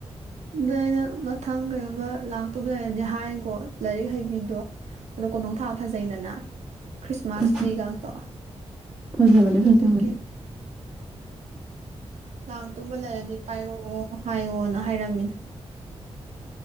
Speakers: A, on the right; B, on the right.
A: ꯅꯣꯏꯅ ꯃꯊꯪ ꯀꯩꯒꯨꯝꯕ ꯂꯥꯛꯇꯧꯕ ꯂꯩꯔꯗꯤ ꯍꯥꯏꯒꯣ ꯂꯥꯏꯔꯤꯛ ꯍꯩꯕꯤꯗꯣ ꯑꯗꯣ ꯀꯣꯟꯊꯣꯡꯗ ꯊꯕꯥ ꯐꯖꯩꯗꯅ ꯈ꯭ꯔꯤꯁꯃꯥꯁ
B: ꯐꯖ-
A: ꯇ꯭ꯔꯤ ꯒꯥꯛꯇꯣ
B: ꯐꯖꯕꯅꯦ
A: ꯑꯗꯨꯗꯨꯒꯤ
B: ꯐꯖꯕꯅꯦ
A: ꯂꯥꯛꯇꯨꯕ ꯂꯩꯔꯗꯤ ꯄꯥꯏꯔꯛꯑꯣ ꯍꯥꯏꯌꯣꯅ ꯍꯥꯏꯔꯝꯃꯤꯅꯦ꯫